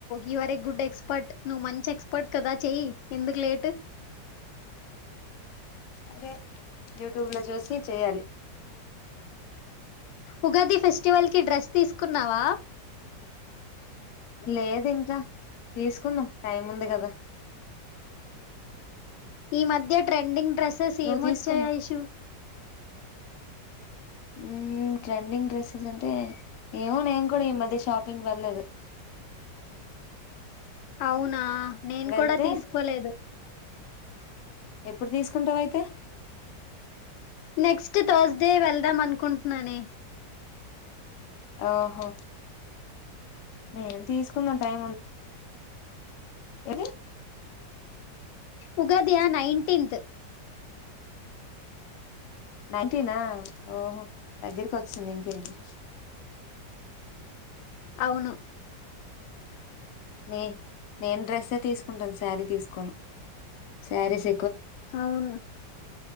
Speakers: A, on the left; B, on the left.
A: you were a good expert నువ్వు మంచి ఎక్స్పర్ట్ కదా చేయి ఎందుకు లేటు
B: అదే యూట్యూబ్ లో చూసి చేయాలి
A: ఉగాది ఫెస్టివల్ కి డ్రెస్ తీసుకున్నావా
B: లేదు ఇంకా తీసుకుందాం టైం ఉంది కదా
A: ఈ మధ్య ట్రెండింగ్ డ్రెస్సెస్
B: నువ్వు
A: ఏమొచ్చాయా
B: తీసుకుందాం
A: ఐషు
B: ఉమ్ ట్రెండింగ్ డ్రెస్సెస్ అంటే ఏమో నేను కూడా ఈ మధ్య షాపింగ్ వెళ్లేదు
A: అవునా నేను
B: వెళ్తే
A: కూడా తీసుకోలేదు
B: ఎప్పుడు తీసుకుంటావ అయితే
A: నెక్స్ట్ థర్స్డే వెళ్దాం అనుకుంటున్నాని
B: ఆహో మేం తీసుకుందాం టైం ఎధి
A: ఉగాధి నైన్టీన్త్
B: నైన్టీనా ఓహో దగ్గరికి వస్తుంది ఇంకేంటి
A: అవును
B: నే నేను డ్రెస్ తీసుకుంటాను శారీ తీసుకోని శారీ స
A: అవునా